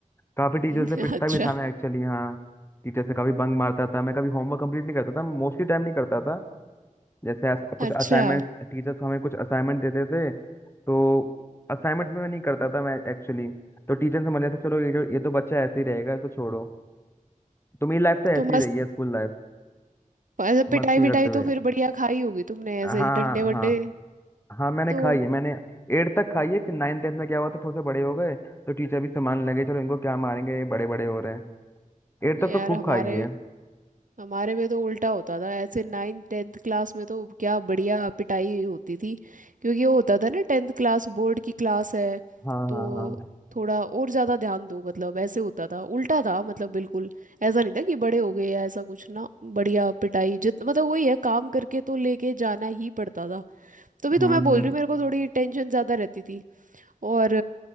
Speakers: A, on the left; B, on the right.
A: काफी टीचर
B: <laughs>
A: से पिटता
B: अच्छा
A: भी था मैं एक्चुअली हाँ टीचर से कभी बंग मारता था मैं कभी होमवर्क कंप्लीट नहीं करता था मोस्टली टाइम नहीं करता था जैसे अस, कुछ
B: अच्छा
A: असाइनमेंट टीचर्स हमें कुछ असाइनमेंट देते थे तो असाइनमेंट में मैं नहीं करता था मैं एक्चुअली तो टीचर समझ लेते चलो ये जो ये तो बच्चा ऐसे ही रहेगा इसको छोड़ो तो मेरी लाइफ तो ऐसी
B: तो मस्त
A: रही है स्कूल लाइफ
B: ऐसे पिटाई
A: मस्ती
B: विटाई
A: करते हुए
B: तो फिर बढ़िया खाई होगी तुमने ऐसे
A: हाँ हाँ
B: डंडे
A: हाँ
B: वंडे
A: हाँ मैंने
B: तो
A: खाई है मैंने एट तक खाई है फिर नाइन टेंथ में क्या हुआ तो थोड़े से बड़े हो गए तो टीचर भी संभालने लगे चलो इनको क्या मारेंगे ये बड़े बड़े हो रहे हैं एट तक
B: यार
A: तो खूब
B: हमारे
A: खाई है
B: हमारे में तो उल्टा होता था ऐसे नाइन्थ टेंथ क्लास में तो क्या बढ़िया पिटाई होती थी क्योंकि वो होता था ना टेंथ क्लास बोर्ड की क्लास है
A: हाँ
B: तो
A: हाँ हाँ
B: थोड़ा और ज़्यादा ध्यान दो मतलब ऐसे होता था उल्टा था मतलब बिल्कुल ऐसा नहीं था कि बड़े हो गए या ऐसा कुछ ना बढ़िया पिटाई जित मतलब वही है काम करके तो लेके जाना ही पड़ता था तभी
A: हम्म
B: तो मैं बोल
A: हम्म
B: रही हूँ मेरे को थोड़ी टेंशन ज़्यादा रहती थी और